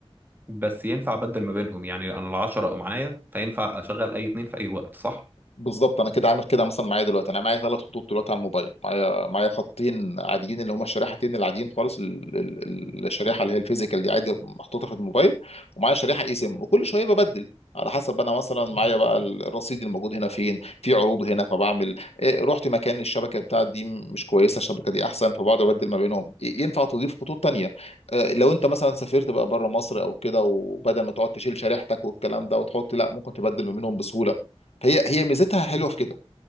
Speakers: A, on the right; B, on the left.
A: بس ينفع أبدل ما بينهم يعني أنا العشرة أو معايا فينفع أشغل أي اتنين في أي وقت صح؟
B: بالظبط انا كده عامل كده مثلا معايا دلوقتي انا معايا ثلاث خطوط دلوقتي على الموبايل معايا معايا خطين عاديين اللي هما الشريحتين العاديين خالص ال- ال- ال- الشريحه اللي هي الفيزيكال دي عادي محطوطه في الموبايل ومعايا شريحه اي سيم وكل شويه ببدل على حسب انا مثلا معايا بقى الرصيد الموجود هنا فين في عروض هنا فبعمل إيه رحت مكان الشبكه بتاعت دي مش كويسه الشبكه دي احسن فبقعد ابدل ما بينهم إيه ينفع تضيف خطوط تانية آه، لو انت مثلا سافرت بقى بره مصر او كده وبدل ما تقعد تشيل شريحتك والكلام ده وتحط لا ممكن تبدل ما بينهم بسهوله هي هي ميزتها حلوه في كده